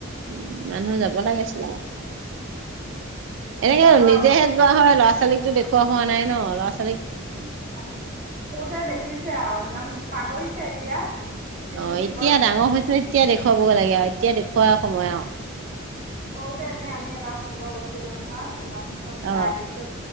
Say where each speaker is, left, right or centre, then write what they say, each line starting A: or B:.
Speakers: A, on the right (about 65°); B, on the right (about 40°).
A: উম, মানুহ যাব লাগিছিল আৰু এনেকে
B: তাৰপা
A: নিজেহে যোৱা হয় ল'ৰা-ছোৱালীকটো দেখ খোৱা হোৱা নাই ন' লআছ
B: সৰুতে দেখিছে আৰু ইমান পাহৰিছে এতিয়া। কিন্তু
A: অ',
B: নিব
A: এতিয়া
B: লাগিব
A: ডাঙৰ হৈছে এতিয়া দেখ খুৱাব লাগে আৰু এতিয়া দেখুুওৱা সময় আৰু।
B: সৰুতে এনে আমি এবাৰ ফুৰিব গৈছিলো নহয়। শ্বিলং চব
A: অ
B: চাই আহিছোঁ।